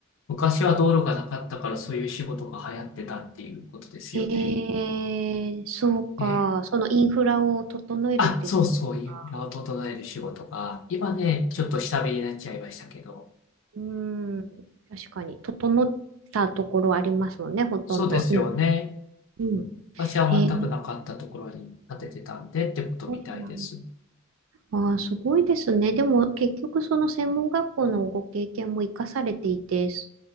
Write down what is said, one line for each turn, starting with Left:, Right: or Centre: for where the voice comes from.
Left: 昔は道路がなかったからそういう仕事が流行ってたっていうことですよね。
Right: へえ、そうか。
Left: ええ
Right: そのインフラを整えるっていうところが、
Left: あ、そうそう、インフラを整える仕事が、今ね、ちょっと下火になっちゃいましたけど、
Right: うん、確かに、整ったところありますもんね、ほとんどに。
Left: そうですよね。
Right: うん。
Left: 私は全くなかったところに建ててたんでってことみたいです。
Right: へえごいなああ、すごいですね。でも結局その専門学校のご経験も生かされていて、す